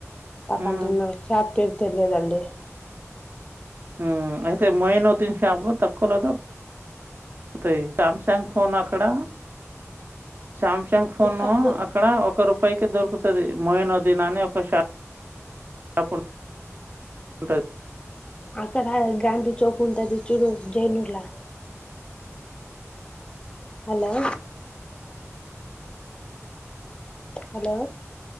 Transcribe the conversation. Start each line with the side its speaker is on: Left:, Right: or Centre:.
Right: హ్మ్.
Left: అంటే నా షాప్ పేరు తెలిలేదండి
Right: ఉ అయితే మైనుద్దీన్ షాప్ లో తక్కువ లో కొరకు పోతాయి సామ్సంగ్ ఫోన్ అక్కడ సామ్సంగ్ ఫోను
Left: కాదు
Right: అక్కడ ఒక రూపాయికి దొరుకుతది మైనుద్దీన్ అనే ఒక షాప్ షాపు ఉంటంది
Left: అక్కడ గాంధీ చోప్ ఉంటది చూడు చేనేలా హలో హలో